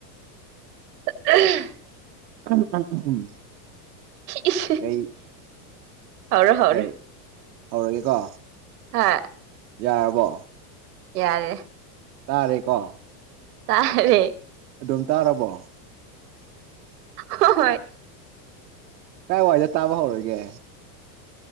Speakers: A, on the right; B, on the right.
A: <unintelligible>
B: ꯎꯝ ꯎꯝ ꯎ ꯎꯝ
A: ꯏꯁ
B: ꯀꯩ
A: ꯍꯧꯔꯣ ꯍꯧꯔꯣ
B: ꯀꯩ ꯍꯧꯔꯒꯦ ꯀꯣ
A: ꯍꯥ
B: ꯌꯥꯔꯕꯣ
A: ꯌꯥꯔꯦ
B: ꯇꯥꯔꯦꯀꯣ
A: ꯇꯥꯔꯦ
B: ꯑꯗꯨꯝ ꯇꯥꯔꯕꯣ
A: ꯍ ꯍꯣꯏ
B: ꯀꯥꯏ ꯋꯥꯏꯗꯦ ꯇꯥꯕ ꯍꯧꯔꯒꯦ